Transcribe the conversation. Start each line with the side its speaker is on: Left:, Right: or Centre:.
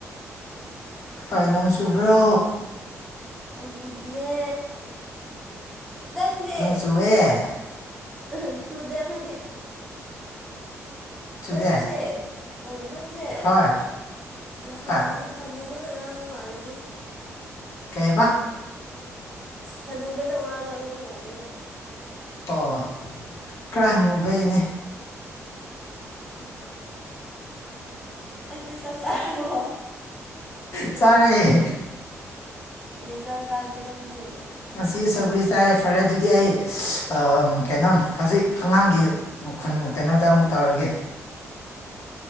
Left: ꯍꯣꯏ ꯅꯣꯡ ꯆꯨꯕ꯭ꯔꯣ
Centre: ꯅꯣꯡ ꯆꯨꯗꯤꯌꯦ ꯅꯪꯖꯦ
Left: ꯅꯣꯡ ꯆꯨꯋꯦ
Centre: ꯑ ꯆꯨꯗꯦ ꯑꯈꯣꯏꯗꯤ
Left: ꯆꯨꯗꯦ
Centre: ꯅꯪꯁꯦ ꯑ ꯅꯪꯁꯦ
Left: ꯍꯣꯏ
Centre: ꯑ ꯍꯥꯅꯨꯕ
Left: ꯍꯣꯏ
Centre: ꯍꯅꯨꯕꯅ ꯉꯥꯡꯕ ꯃꯥꯂꯦꯉꯣ
Left: ꯀꯩꯌꯦꯕ
Centre: ꯍꯅꯨꯕꯅ ꯋꯥ ꯉꯥꯡꯕ ꯃꯥꯜꯂꯦꯕ
Left: ꯑꯣ ꯈꯔꯥ ꯍꯅꯨꯕꯩꯅꯦ
Centre: ꯑꯗꯨ ꯆꯥꯛ ꯆꯥꯔꯕꯣ
Left: ꯆꯥꯔꯦ
Centre: ꯀꯩ ꯏꯟꯖꯥꯡ ꯆꯥꯒꯦ ꯅꯪꯗꯤ
Left: ꯉꯁꯤ ꯁꯧꯒ꯭ꯔꯤ ꯆꯥꯏ ꯐꯔꯦ ꯑꯗꯨꯗꯤ ꯑꯩ ꯑ ꯑꯝ ꯀꯩꯅꯣꯝ ꯍꯧꯖꯤꯛ ꯑꯉꯥꯡꯒꯤ ꯃꯈꯨꯟ ꯀꯩꯅꯣꯗ ꯑꯃꯨꯛ ꯇꯧꯔꯒꯦ